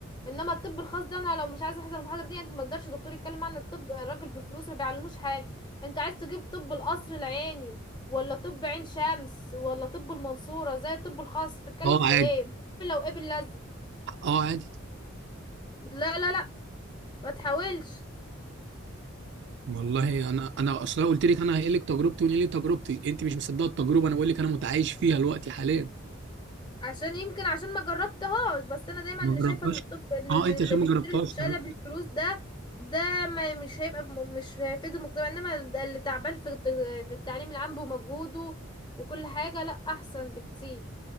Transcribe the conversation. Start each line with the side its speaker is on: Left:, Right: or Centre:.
Left: انما الطب الخاص ده انا لو مش عايزه احضر المحاضره دي انت ما تقدرش دكتور يتكلم عن الطب الراجل بفلوس ما بيعلموش حاجه انت عايز تجيب طب القصر العيني ولا طب عين شمس ولا طب المنصوره زي الطب الخاص تتكلم
Right: اه
Left: في
Right: عادي
Left: ايه لو ايه باللزق
Right: اه عادي
Left: لا لا لا ما تحاولش
Right: والله انا انا اصلا قلت لك انا هقول لك تجربتي ونقول لي تجربتي انت مش مصدقه التجربه انا بقول لك انا متعايش فيها دلوقتي حاليا
Left: عشان يمكن عشان ما جربتهاش بس انا دايما
Right: ما جربتهاش
Left: شايفه ان الطب ان
Right: اه انت
Left: اللي
Right: عشان
Left: بيشتري
Right: ما جربتهاش
Left: الفشاله
Right: تمام
Left: بالفلوس ده ده ما مش هيبقى في م- مش هيفيد المجتمع انما ده اللي تعبان في الت- في التعليم العام بمجهوده وكل حاجه لا احسن بكتير